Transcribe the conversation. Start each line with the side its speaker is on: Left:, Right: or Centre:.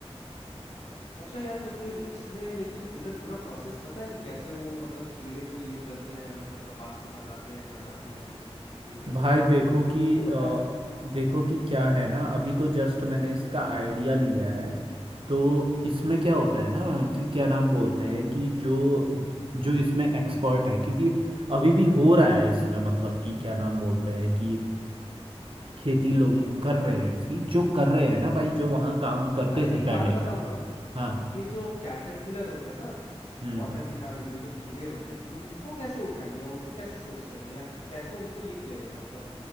Left: अच्छा यार तो फिर इसमें लेकिन तुम्हें पूरा प्रोसेस पता है कि कैसे वो मतलब कीड़े को ये करते हैं मतलब कपास में बनाते हैं चढ़ाते हैं ये करते
Right: भाई
Left: हैं
Right: देखो कि
Left: वो
Right: अ,
Left: पता है
Right: देखो कि क्या है ना अभी तो जस्ट मैंने इसका आइडिया लिया है तो इसमें क्या होता है ना कि क्या नाम बोलते हैं कि जो जो इसमें एक्सपर्ट है क्योंकि अभी भी हो रहा है इसमें मतलब कि क्या नाम बोलते हैं कि खेती लोग कर रहे हैं इसकी जो कर रहे हैं ना भाई जो वहाँ काम करते
Left: अच्छा
Right: थे
Left: एक बात
Right: पहले
Left: बताओ ना
Right: हाँ
Left: ये जो कैटरपिलर होते हैं ना
Right: हम्म
Left: कॉटन निकालने के लिए जो कीड़े होते हैं उनको कैसे उठाएंगे या उनको कैसे सोर्स करेंगे या कैसे उनको ये किया जाता है मतलब